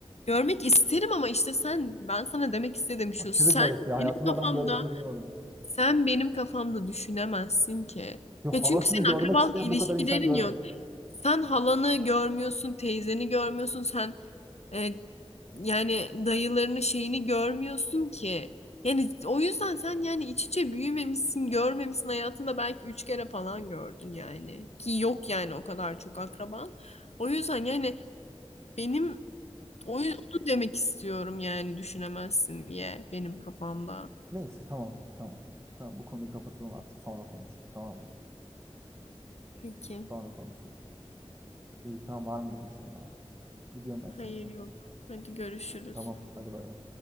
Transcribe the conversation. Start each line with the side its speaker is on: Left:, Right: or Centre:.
Left: görmek isterim ama işte sen ben sana demek istedim şu
Right: Aşırı
Left: sen
Right: garip ya. Hayatımda
Left: benim kafamda
Right: ben böyle bir şey duymadım ya.
Left: sen benim kafamda düşünemezsin ki.
Right: Yo, halasını
Left: Ya çünkü senin
Right: görmek
Left: akrabalık
Right: isteyen
Left: ilişkilerin
Right: bu kadar insan görmedim.
Left: yok. Sen halanı görmüyorsun, teyzeni görmüyorsun, sen E, yani dayılarını şeyini görmüyorsun ki. Yani o yüzden sen yani iç içe büyümemişsin, görmemişsin hayatında belki üç kere falan gördün yani. Ki yok yani o kadar çok akraban. O yüzden yani benim o onu demek istiyorum yani düşünemezsin diye benim kafamda.
Right: Neyse tamam tamam. Tamam bu konuyu kapatalım artık. Sonra konuşuruz tamam mı?
Left: Peki.
Right: Sonra konuşuruz. İyi tamam var mı bir diyeceğim bana. Gidiyorum ben
Left: Hayır
Right: şimdi sen
Left: yok.
Right: bak.
Left: Hadi görüşürüz.
Right: Tamam hadi bay bay.